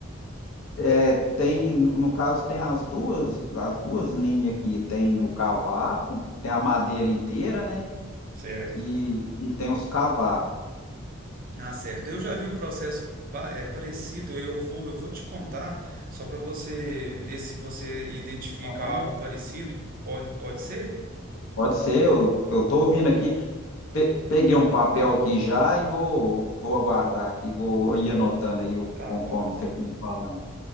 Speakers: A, on the left (about 80°); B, on the right (about 45°).
A: É, tem, no caso, tem as duas, as duas linhas aqui. Tem o cavaco, tem a madeira inteira, né?
B: certo?
A: E, e tem os cavacos.
B: Ah, certo. Eu já vi um processo pa- eh, parecido. Eu vou, eu vou te contar só para você ver se você identifica
A: Aham.
B: algo parecido. Pode, pode ser?
A: Pode ser, eu, eu tô ouvindo aqui. Pe- peguei um papel aqui já e vou, vou aguardar aqui, vou ir anotando aí o-
B: Tá
A: conforme
B: bom, Rodrigo.
A: você for me falando.